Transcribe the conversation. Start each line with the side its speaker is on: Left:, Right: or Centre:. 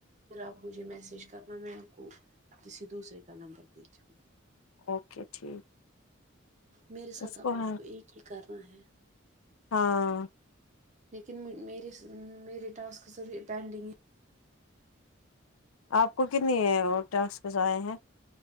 Right: پھر آپ مجھے میسج کرنا میں آپ کو کسی دوسرے کا نمبر دیتی ہوں
Left: اوکے ٹھیک
Right: میرے ساتھ
Left: اس
Right: اب
Left: ہے
Right: آپ کو ایک ہی کرنا ہے
Left: ہاں
Right: لیکن م میری ٹاسک پینڈنگ
Left: آپ کو کتنی ٹاسک آئے ہیں